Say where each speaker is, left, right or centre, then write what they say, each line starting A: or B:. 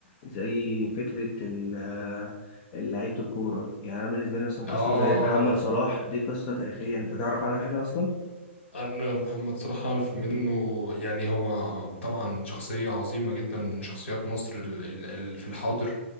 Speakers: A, on the left; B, on the left.
A: زي فكرة ال- آه، لعيبة الكورة يعني أنا بالنسبة لي مثلا قصة
B: اه
A: زي محمد صلاح دي قصة تاريخية أنت تعرف عنها حاجة أصلا؟
B: انا محمد صلاح اعرف منه يعني هو طبعا شخصيه عظيمه جدا من شخصيات مصر ال- ال- ال- في الحاضر